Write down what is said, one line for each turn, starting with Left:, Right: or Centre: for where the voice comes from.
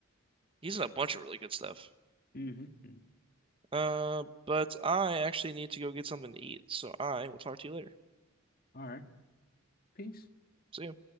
Right: He's in a bunch of really good stuff.
Left: Mhm.
Right: Uh, but I actually need to go get something to eat, so I will talk to you later.
Left: All right. Peace.
Right: See you.